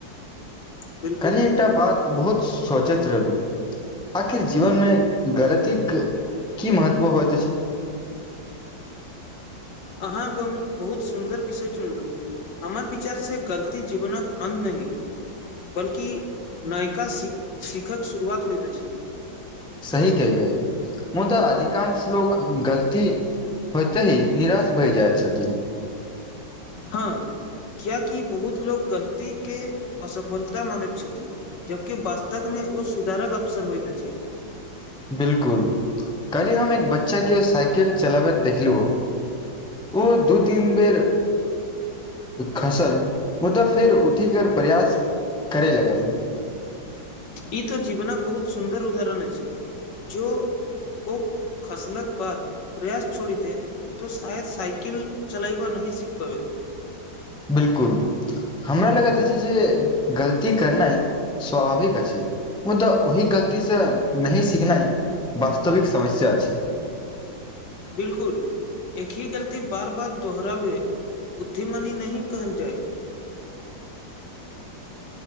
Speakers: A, on the left; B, in the centre.
A: बिलकुल
B: कलि एकटा बात बहुत सोचैत रहलहुँ आखिर जीवन मे गलतीक की महत्व होएत अछि
A: अहाँ बहुत सुन्दर विषय चुनलु हमर विचार से गलती जीवनक अन नहि बलकि नायका शिखक शुरुआत होइत अछि
B: सही क ले मुदा अधिकांश लोक गलती होइते निराश भय जाइत छथिन
A: हँ कियाकि बहुत लोको गलती के असफलता मानैत छथि जबकि वास्तव मे ओ सुधारक अवसर होयइत अछि
B: बिलकुल कली हम एक बच्चा के साइकिल चलाबैत देखलु ओ दू तीन बेर खसल मुदाऽ फेर उठि कर प्रयास करै लगल
A: ई तऽ जीवनक बहुत सुन्दर उदाहरण अछि जो ओ खसलक बाद प्रयास छोड़ दे तो शायद साइकिल चलाबब नही सीख पाबैत
B: बिल्कुल हमरा लगैत छै जे गलती करनाइ स्वाभाविक अछि मुदाऽ ओही गलतीसँ नहि सीखनाइ वास्तविक समस्या अछि छै
A: बिल्कुल एकी गलती बार बार दोहराबे बुद्धिमनी नही कहल जाय